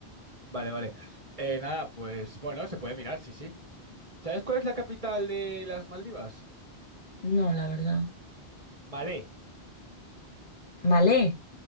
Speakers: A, on the right (about 35°); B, on the left (about 55°).
A: vale, vale. Eh, nada, pues bueno, se puede mirar, sí, sí. ¿Sabes cuál es la capital de las Maldivas?
B: No, la verdad.
A: Malé,
B: Malé.